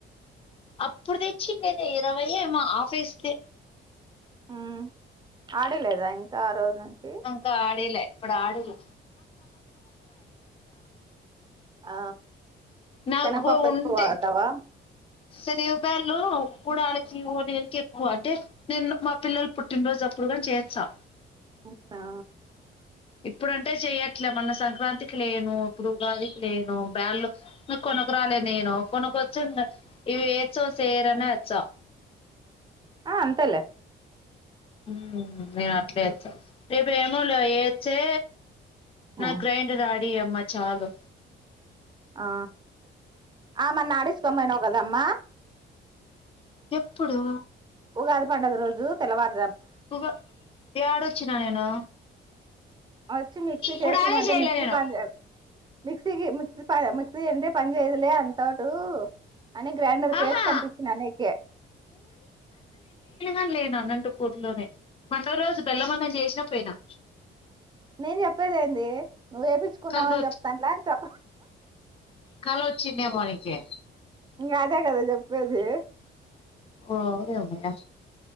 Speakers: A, on the left; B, on the right.
A: అప్పుడు తెచ్చిండేద ఇరవయే మా ఆఫీస్ కి
B: ఊ ఆడలేదా ఇంకా ఆ రోజు నుంచి
A: ఇంకా ఆడిలే ఇప్పుడు ఆడిలే
B: ఆ
A: నాకు
B: శనగపప్పు
A: ఉంటే
B: ఎక్కువ వాడతావా
A: సనిగ పేలు కుడాలి చివోణీ ఎన్ ఎక్కు అంటే నేను మా పిల్లలు పుట్టినరోజు అప్పుడుగా చేయొచ్చా
B: ఊనా
A: ఇప్పుడంటే చెయర్ ఇట్లా మన్న సంక్రాంతికి లేను ప్పుడు ఉగాదికి లేను బ్యాల్లు మే కొనక్క రాలేదు నేను కొనకొ వ ఇవి ఏచవ సేరనే వచ్చా
B: ఆ అంతేలే
A: మ్మ్ మ్మ్ మ నేను అట్లేయేచ్చ
B: ఉమ్.
A: <unintelligible> నువ్వుల్ల ఏచ్చే నా
B: ఆ
A: గ్రైండర్ ఆ డి అమ్మా చాలు
B: ఆ ఆ మన్నా ఆడిస్ కోం బోయినావ్ గద రమ్మా
A: ఎప్పుడు
B: ఉగాది పండుగ రోజు తెల్లవారు
A: ఉగా యాడ వచ్చినా నేను
B: వచ్చి మిక్సీ
A: కుడాలే
B: కేసిమంటే
A: చేయలే
B: మిక్సీ
A: నేను
B: పని జేయదు మిక్సీగి మిక్సీ ప మిక్సీ అంటే పని చేయదులే అంతోటూ అని గ్రైండర్ కేసి
A: ఆహా
B: పంపించిన నీకే
A: ఆలేను అనంటపూర్లోనే పండగ రోజు బెల్లమన్నం చేసినా పోయినా
B: నేను చెప్పేది ఏంది నువ్వు వేపిచ్చుకున్నావని
A: కళ్ళు
B: చెప్తన్ల్యా చెప్పు
A: కల వచ్చిన్నేమో నీకి
B: ఇంగ అదే గదా జెప్పేది
A: ఓయమ్మ యా